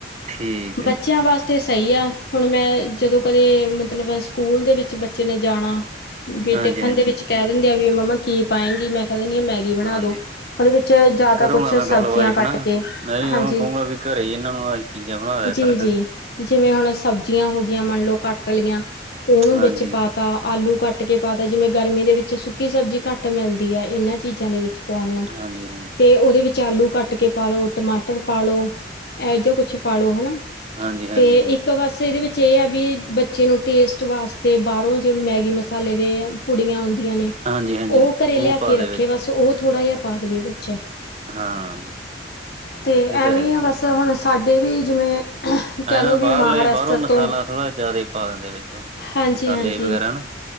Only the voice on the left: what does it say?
ਬੱਚੇਆਂ
ਵਾਸਤੇ ਸਹੀ ਆ ਹੁਨ ਮੈਂ ਜਦੋਂ ਕਦੇ ਮਤਲਬ ਸਕੂਲ ਦੇ ਵਿੱਚ ਬੱਚੇ ਨੇ ਜਾਨਾ ਵੀ
ਟਿਫਨ
ਦੇ ਵਿੱਚ ਕੈ ਦਿੰਦੇ ਆ ਵੀ ਮੰਮਾ ਕੀ ਪਾਏਗੀ ਮੈਂ ਕੈ ਦੇਨੀ ਆਂ ਮੈਗੀ ਬਣਾ
ਦੋ ਉਹਦੇ ਵਿੱਚ ਜ਼ਿਆਦਾ
ਕੁਛ
ਸਬਜ਼ੀਆਂ
ਕੱਟ
ਕੇ
ਹਾਂਜੀ
ਜੀ
ਜੀ ਜਿਵੇਂ ਹੁਨ ਸਬਜੀਆਂ ਹੋ ਗਈਆਂ ਮੰਨ ਲੋ ਕੱਟ ਲੀਆਂ, ੳਨੂੰ
ਵਿੱਚ ਪਾ ਤਾਂ ਆਲੂ ਕੱਟ ਕੇ ਪਾ ਤਾ, ਜਿਵੇਂ ਗਰਮੀ ਦੇ ਵਿੱਚ ਸੁੱਕੀ ਸਬਜ਼ੀ ਘੱਟ ਮਿਲਦੀ ਐ ਏਨਾਂ ਚੀਜਾਂ ਦੇ ਵਿੱਚ ਹੁਨ
ਤੇ ੳਦੇ ਵਿੱਚ ਆਲੂ ਕੱਟ ਕੇ ਪਾ ਲੋ, ਟਮਾਟਰ ਪਾ ਲੋ, ਏਹੋ ਜੇਹਾ ਕੁਛ ਪਾ ਲੋ ਹੈਨਾ
ਤੇ
ਇੱਕ ਬਸ ਏਦੇ ਵਿੱਚ ਏਹ ਆ ਵੀ ਬੱਚੇ ਨੂੰ ਟੇਸਟ ਵਾਸਤੇ ਬਾਹਰੋਂ ਜਿਵੇਂ ਮੈਗੀ ਮਸਾਲੇ ਦੇ ਪੁੜੀਆਂ ਆਂਦੀਆਂ ਨੇ
ੳਹ ਘਰੇ
ਲਿਆ
ਕੇ
ਰੱਖੇ
ਬਸ ੳਹ ਥੋੜਾ ਜੇਹਾ ਪਾ ਦੇਵੇ ਵਿੱਚ
ਤੇ
ਐਂਵੀ
ਆ
ਬਸ ਹੁਨ ਸਾਡੇ ਵੀ ਜਿਵੇਂ ਕਹਿ
ਲਓ ਵੀ
ਮਹਾਰਾਸ਼ਟਰ
ਤੋਂ
ਹਾਂਜੀ
ਹਾਂਜੀ